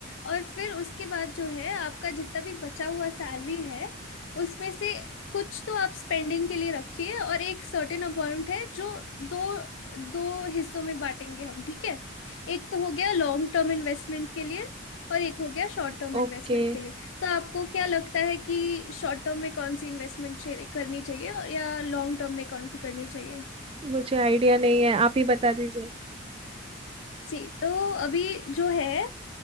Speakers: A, on the left (about 75°); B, on the right (about 30°).
A: और फिर उसके बाद जो है आपका जितना भी बचा हुआ सैलरी है उसमें से कुछ तो आप स्पेंडिंग के लिए रखिए और एक सर्टेन अमाउंट है जो दो दो हिस्सों में बांटेंगे हम ठीक है एक तो हो गया लॉन्ग टर्म इन्वेस्टमेंट के लिए और एक हो गया शॉर्ट टर्म
B: ओके
A: इन्वेस्टमेंट के लिए तो आपको क्या लगता है कि शॉर्ट टर्म में कौन सी इन्वेस्टमेंट करनी चाहिए और या लॉन्ग टर्म में कौन सी करनी चाहिए
B: मुझे आइडिया नहीं है आप ही बता दीजिए
A: जी तो अभी जो है